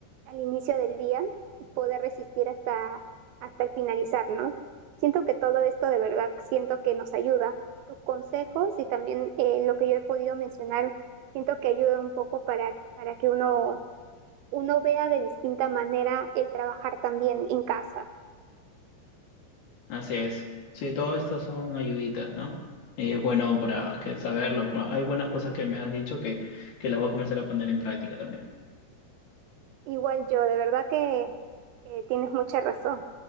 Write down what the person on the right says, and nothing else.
al inicio del día y poder resistir hasta, hasta el finalizar, ¿no? Siento que todo esto de verdad siento que nos ayuda. Tus consejos y también eh, lo que yo he podido mencionar, siento que ayuda un poco para, para que uno uno vea de distinta manera el trabajar también en casa.
Igual yo, de verdad que, que tienes mucha razón.